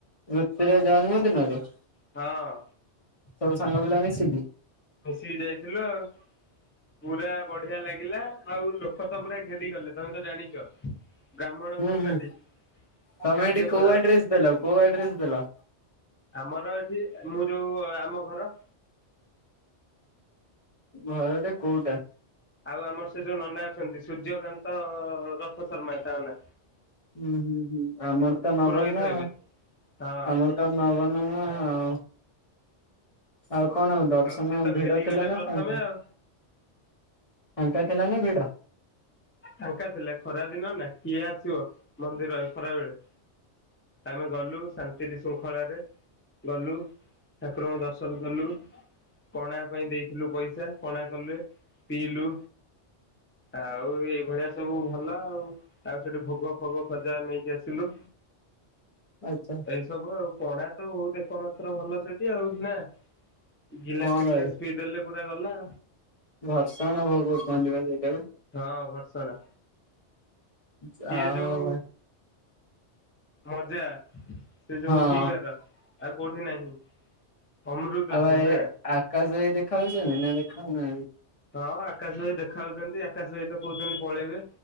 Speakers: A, on the left (about 35°); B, on the left (about 15°).
A: ତୃପ୍ତିର ଜନ୍ମଦିନରେ।
B: ହଁ।
A: ସବୁ ସାଙ୍ଗ ପିଲା ମିସିକି।
B: ମିଶିକି ଯାଇଥିଲୁ ଆଉ ପୁରା ବଢିଆ ଲାଗି ଲା ଆଉ ଲୋକ ତ ପୁରା ଘେରିଗଲେ ତମେ ତ ଜାଣିଚ। ବ୍ରାହ୍ମଣଙ୍କର
A: ହୁଁ ହୁଁ
B: ସେଠି
A: ତମେ
B: କାର୍ଯ୍ୟକଳାପ।
A: ଏଠି କୋଉ ଆଡ୍ରେସ ଦେଲ କଉ ଆଡ୍ରେସ୍ ଦେଲ?
B: ଆମର ଏଠି ମୁଁ ଯଉ ଆମ ଘର
A: ଘରଟେ କଉଟା?
B: ଆଉ ଆମର ସେ ଯଉ ନନା ଅଛନ୍ତି ସୂର୍ଯ୍ୟକାନ୍ତ ରଥ ଶର୍ମା ତାଙ୍କ ନା।
A: ହୁଁ -ହୁଁ -ହୁଁ ଆମର ତ ନବନି
B: ପୁରୋହିତ ହେବେ
A: ଆଉ
B: ହଁ
A: ଆମର ତ ନବାର ନାହିଁ ଆଉ। ଆଉ କଣ ଆଉ ଦର୍ଶନ
B: ସିଏ ତ
A: ଭିଡ
B: ଘେରିଗଲେ
A: ଥିଲା ନା
B: ପ୍ରଥମେ
A: ଫାଙ୍କା?
B: ଆଉ
A: ଫାଙ୍କା ଥିଲା ନା ଭିଡ?
B: ଫାଙ୍କା ଥିଲା ଖରାଦିନ ନା କିଏ ଆସିବ ମନ୍ଦିର ଏ ଖରା ବେଳେ। ଆମେ ଗଲୁ ଶାନ୍ତି ଶୃଙ୍ଖଳାରେ ଗଲୁ ଠାକୁରଙ୍କୁ ଦର୍ଶନ କଲୁ ପଣା ପାଇଁ ଦେଇଥିଲୁ ପଇସା। ଜା ପଣା କଲେ ପିଇଲୁ ଆଉ ଏ ଭଳିଆ ସବୁ ଭଲ ଆଉ -ଆଉ ସେଠୁ ଭୋଗ ଫୋଗ ଖଜା ନେଇକି ଆସିଲୁ।
A: ଆଚା।
B: ଏଇ ସବୁ ଆଉ ପଣା ତ ବହୁତ୍ ଏକମାତ୍ର ଭଲ ସେଠି ଆଉ ନା। ଗିଲାସେ
A: ହଁ
B: ଗିଲାସେ
A: ଭାଇ
B: ପିଇ ଦେଲେ ପୁରା ଗଲା।
A: ଘର୍ଷଣ ଭୋଗ କୁହନ୍ତିି ବା ସେଇଟାକୁ।
B: ହଁ ଘର୍ଷଣ।
A: ଯାହଉ
B: ସିଏ ଯୋଉ
A: ଭାଇ।
B: ମଜା ସେ ଯଉ
A: ଆଉ
B: ପିଇବାର ଆଉ କଉଠି ନାହିଁ। ଅମୃତ
A: ଆଉ ଭାଇ
B: ସିଏ ନା।
A: ଆକାଶ ଭାଇ ଦେଖାଉଛନ୍ତି ନା ଦେଖାହଉ ନାହାଁନ୍ତି?
B: ହଁ ଆକାଶ ଭାଇ ଦେଖା ହଉଚନ୍ତି। ଆକାଶ ଭାଇ ତ କହୁଚନ୍ତି ତ ପଳେଇବେ।